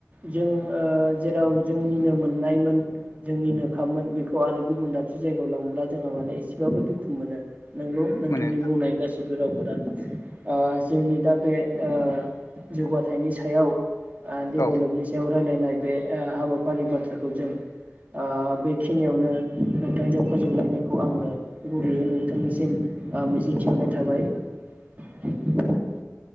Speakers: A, on the right; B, on the left.
A: जों ओ जेराव जोंनिनो मोननायमोन जोंनिनो खामोन बेखौ आरो गुबुन दाबसे जायगायाव लांब्ला जोंहा माने एसेबाबो दुखु मोनो। नंगौ नोंथांनि
B: मोनो नोंथां
A: बुंनाय गासिबो रावफोरा ओ जोंनि दा बे ओ जौगाथायनि सायाव आ देबलबनि
B: औ
A: सायाव रायलायनाय बे हाबा फारि बाथ्राखौ जों ओ बेखिनियावनो नोंथांजों फोजोबलायनायखौ आङो गुरैयै नोंथांनिसिम आ मिजिंथिहरनाय थाबाय